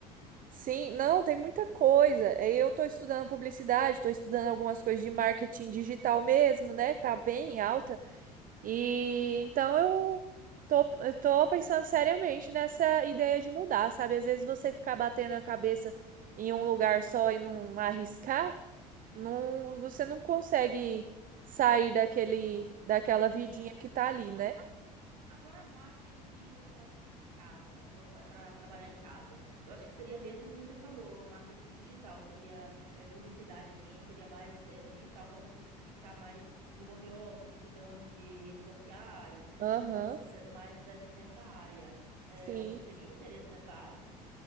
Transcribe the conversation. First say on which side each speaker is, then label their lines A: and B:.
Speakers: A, on the right; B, on the right.
A: Sim, não, tem muita coisa. É, Eu estou estudando publicidade, estou estudando algumas coisas de marketing digital mesmo, né? Que tá bem alta. E então eu tô, eu tô pensando seriamente nessa ideia de mudar, sabe? Às vezes você ficar batendo a cabeça em um lugar só e não arriscar, não, você não consegue sair daquele, daquela vidinha
B: Sim,
A: que tá ali,
B: sim.
A: né?
B: Agora, marketing para casa, para trabalhar em casa. Eu acho que seria mesmo como você falou, marketing digital, seria é, publicidade, assim, seria mais é, digital para você ficar mais no home office, cuidando de redes sociais,
A: Aham,
B: dessas, co- de- mais des- nessa área. É,
A: sim.
B: você teria interesse nessa área?